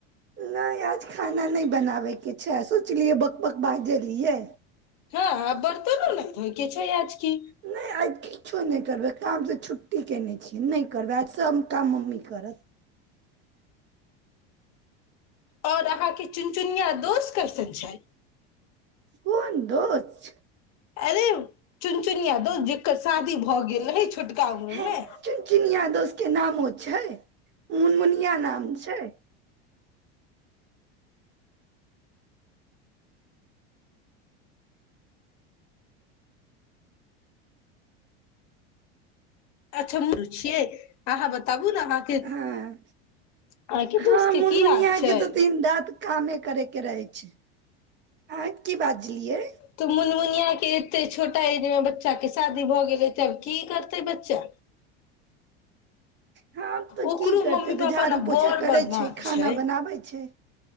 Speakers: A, on the right; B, on the left.
A: नहि आज खाना नहि बनाबैके छैय सोचलियै बक बक बाजे रियै
B: हँ ह बर्तनो नहि धोइ के छैय आज की
A: नहि आज की कुछो नहि करबै कामसँ छुट्टी कैने छियै नहि करबै आज सभ काम मम्मी करत
B: आओर अहाँके चुनचुनिया दोष कैसन छैय
A: कोन दोस्त
B: अरे चुनचुनिया दोस्त जकर शादी भऽ गेल रहै छोटका उमरमे
A: हे चुनचुनिया दोस्तके नामो छै मुनमुनिया नाम छैय
B: अच्छा मुर्ख छियै अहाँ बताबु ने अहाँके अहाँ
A: हँ
B: के
A: हँ
B: दोस्त
A: मुनमुनिया
B: के की हाल छैय
A: के तऽ दिन रात कामे करे के रहे छै अहाँ की बाजलियै
B: तऽ मुनमुनिया के एते छोटा ऐज मे बच्चा के- शादी भऽ गेलैय तब की करतै बच्चा
A: हँ तऽ
B: ओकरो
A: की करतै
B: मम्मी
A: तऽ
B: पापा
A: झाड़ू
B: ने
A: पोछा
B: बड़
A: करैय
B: बदमाश
A: छैय खाना
B: छै
A: बनाबै छै